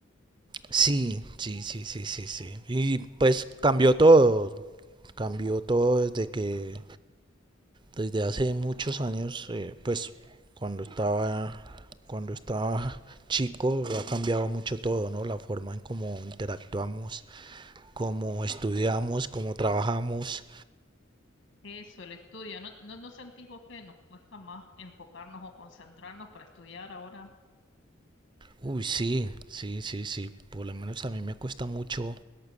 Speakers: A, on the right; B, on the left.
A: Sí, sí, sí, sí, sí, sí. Y pues cambió todo, cambió todo desde que, desde hace muchos años, eh, pues cuando estaba, cuando estaba chico ha cambiado mucho todo, ¿no? La forma en cómo interactuamos, cómo estudiamos, cómo trabajamos.
B: Eso, el estudio. ¿No, no, no sentís vos que nos cuesta más enfocarnos o concentrarnos para estudiar ahora?
A: Uy, sí, sí, sí, sí. Por lo menos a mí me cuesta mucho